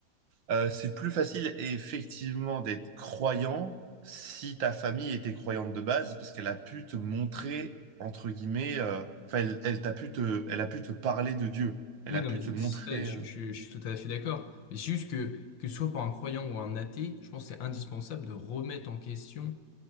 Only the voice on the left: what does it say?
Oui,
non,
mais c'est-
c'est- je,
je, je suis tout à fait d'accord. Mais c'est juste que, que ce soit pour un croyant ou un athée, je pense que c'est indispensable de remettre en question